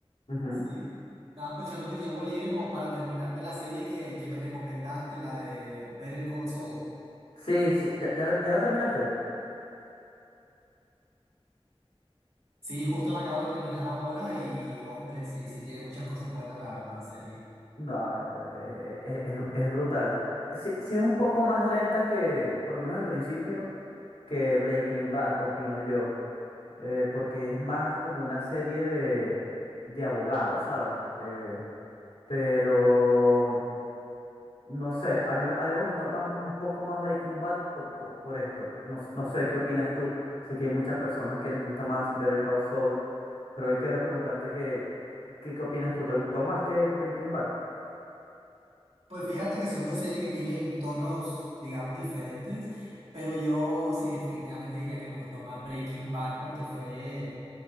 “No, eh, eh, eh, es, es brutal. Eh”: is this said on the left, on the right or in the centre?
Left